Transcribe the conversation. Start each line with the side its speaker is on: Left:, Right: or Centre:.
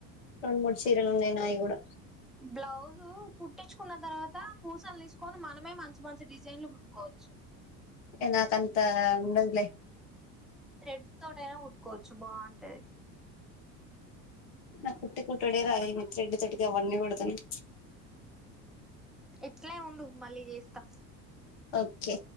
Left: రెండు మూడు చీరలు ఉన్నాయి నావి కూడా
Centre: బ్లౌజూ కుట్టించుకున్న తర్వాత పూసలు తీసుకొని మనమే మంచి కొ డిజైన్లు కుట్టుకోవచ్చు
Left: ఇగ నాకంత ఉండదులే
Centre: త్రేడ్ తోడనే ఉట్కోవచ్చు బావుంటది
Left: నా కుటి కుట్టడే రా అని తెడ్ తడ్కి అవన్నీ కూడత లేరు
Centre: ఎట్లే ఉండు మళ్ళీ చేస్తా
Left: ఓకే